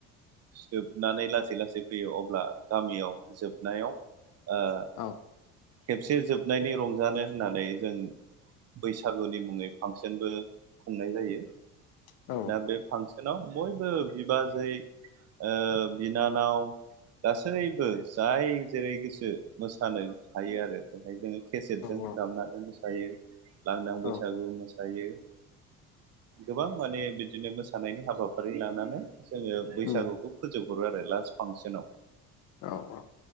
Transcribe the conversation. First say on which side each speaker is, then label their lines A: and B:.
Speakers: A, on the right (about 35°); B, on the left (about 45°).
A: जोबनानै लासै लासै फैयो अब्ला गामियाव जोबनायाव ओ।
B: औ
A: खेबसे जोबनायनि रंजानो होननानै जों बैसागुनि मुङै फांसनबो खुंनाय जायो।
B: औ
A: दा बे फांस सनाव बयबो बिबाजै ओ बिनानाव गासैबो जाय जेरै गोसो मोसानो हायो आरो। जोङो केसेटजों
B: औ
A: दामना हायो। लांदां
B: औ
A: बैसागु मोस दायो गोबां माने बिदिनो मोसानायनि हाबाफारि लानानै जोङो बैसागुखौ
B: उम
A: फोजोब हरो आरो लास्ट फांसनाव।
B: औ औ।